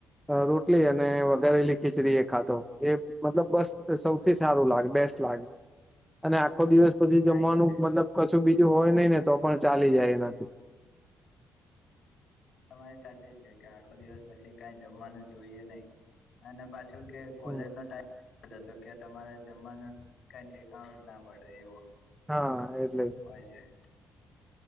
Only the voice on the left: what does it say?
હા
એજ
તમારી સાચી છે કે આખો દિવસ પછી કઈ જોઈએ નહી અને પાછુ તો કે કોલેજ
નો ટાઈમ જતો કે તમારે જમવાનું કઈ ઠેકાણું જ ના પડે એવો
હોય છે.